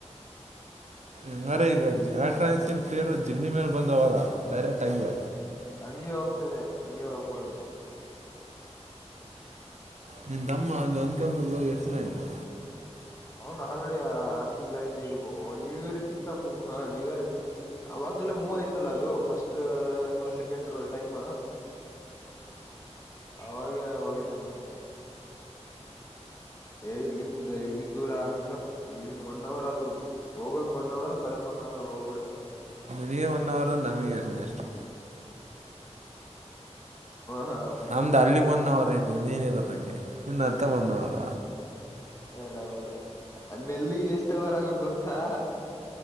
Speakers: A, on the right (about 80°); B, on the left (about 25°).
A: ಎಂಗರೆ ಈಗ ಎಲೆಕ್ಟ್ರಾನಿಕ್ಸ್ ರಿಪೇರ್ ಜಿಗ್ನಿ ಮೇಲೆ ಬಂದವಲ್ಲ ಡೈರೆಕ್ಟ್ ಹಂಗ್ಯ
B: ಹಂಗೆ ಹೋಗ್ತದೆ ಹಂಗೆ ಹೋಗ್ಬೋದು
A: ನಿನ್ ತಮ್ಮ ಅಲ್ಲಿ ಅನ್ಕಂಪಲ್ ಹೋಗಿ ಎಷ್ಟು ದಿನ ಆಯ್ತು.
B: ಅವನ್ ಆಲ್ರೆಡಿ ಆರ್ ತಿಂಗ್ಳ ಆಯ್ತಿ ಈಗ ನ್ಯೂ ಇಯರ್ಕ್ ಇತ್ತ ಮೂವ್ ಹ ನ್ಯೂ ಇಯರ್ ಅವಾಗಲ್ಲ ಮೂವ್ ಆಯ್ತಲ್ಲ ಅದು ಫಸ್ಟ್ ಅಥವಾ ಸೆಕೆಂಡ್ ಟೈಮ್ ಅವಾಗ ಹೋಗಿದ್ದ ನಾನ್ ಏ ಇಲ್ಲಿಂದ ಇವಿ ದೂರ ಆಗತ್ತ ಇಲ್ಲಿಂದ ಒನ್ ಅವರ್ ಅದು ಹೋಗಕ್ ಒನ್ ಅವರ್ ಬರಕ್ ಒನ್ ಅವರ್ ಹೋಗ್ಬಿಡತ್ ನೋಡ
A: ಪ್ರಿಯ ಒನ್ ಅವರ ನಮಗೆ ಇನ್ ಎಷ್ಟು
B: ಹ
A: ನಮ್ದು ಅಲ್ಲಿ ಒನ್ ಅವರ್ ಆಯ್ತದೆ ನೀನ ಇರದಕ್ಕೆ ನಿನ್ನ ಅಂತ ಒನ್ ಅವರ
B: ಎಲ್ಲವರು ನೆಲ್ಲಿಗೆ ಎಷ್ಟವರಗ ಗೊತ್ತಾ